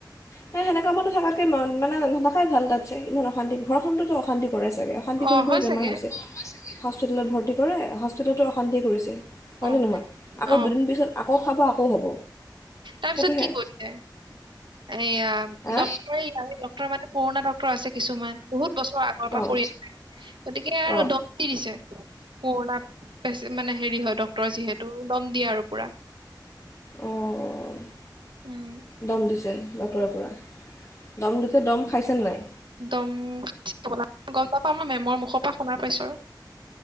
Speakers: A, on the left (about 40°); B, on the right (about 80°).
A: সে সেনেকা থকাকে মন মানে নাথাকাই ভাল তাত চে ইমান অশান্তি, ঘৰখনতো অশান্তি কৰে চাগে। অশান্তি
B: অ
A: কৰি
B: হয়
A: কৰি বেমাৰ
B: চাগে
A: হৈছে, হস্পিতেলত ভৰ্তি কৰে হস্পিতেলতো অশান্তিয়ে কৰিছে। হয়নে
B: অ
A: নহয়? আকৌ
B: অ
A: দুদিন পিছত আকৌ খাব আকৌ হ'ব।
B: তাৰপিছত
A: সেইটোহে
B: কি কৰিলে? এয়া
A: হা
B: ডক্তৰে এইয়া ডক্তৰ মানে পুৰণা ডক্তৰ তৰ আছে কিছুমান, বহুত বছৰ আগৰ পৰা
A: অঁ
B: কৰি আছে, গতিকে আৰু
A: অঁ
B: ড কি দিছে? পুৰণা প্ৰচেন মানে হেৰি হয় ডক্তৰ যিহেতু দম দিয়ে আৰু পুৰা।
A: অহ।
B: উমঁ।
A: দম দিছে ডক্টৰে পুৰা। দম দিছে দম খাইছে নে নাই?
B: দম <unintelligible> গম নাপাওঁ, মই মেমৰ মুখৰ পৰা শুনা পাইছো আৰু।